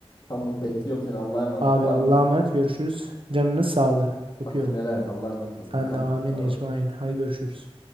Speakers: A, on the left; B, on the right.
A: Tamam bekliyorum seni. Allah'a emanet
B: Abi
A: ol. Var
B: Allah'a
A: mı bir isteğin?
B: emanet görüşürüz. Canınız sağlığı. Öpüyorum.
A: Hakkını helal et. Allah'a emanet ol kankam.
B: Sen de amin
A: Hadi bay
B: ecmain.
A: bay.
B: Hay görüşürüz.